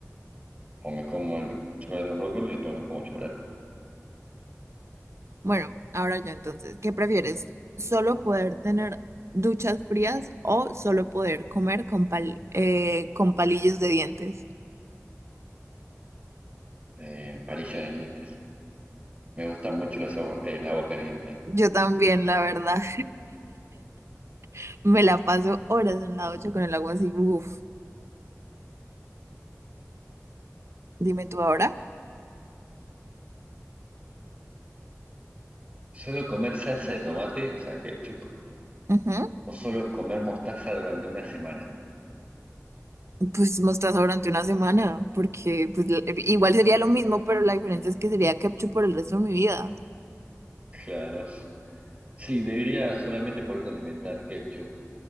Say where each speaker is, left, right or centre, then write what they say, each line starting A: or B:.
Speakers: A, on the right; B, on the right.
A: O me como el chocolate con brócoli y después me como chocolate.
B: Bueno, ahora yo entonces, ¿qué prefieres? ¿Solo poder tener duchas frías o solo poder comer con pal- eh, con palillos de dientes?
A: Eh, palillos de dientes. Me gusta mucho las agua- el agua caliente.
B: Yo también, la verdad, <laughs> me la paso horas en la ducha con el agua así, uff. Dime tú ahora.
A: Solo comer salsa de tomate, o sea, ketchup,
B: Ujú.
A: o solo comer mostaza durante una semana.
B: pues mostaza durante una semana, porque pues la- igual sería lo mismo, pero la diferencia es que sería ketchup por el resto de mi vida.
A: Claro. Sí, debería solamente poder condimentar ketchup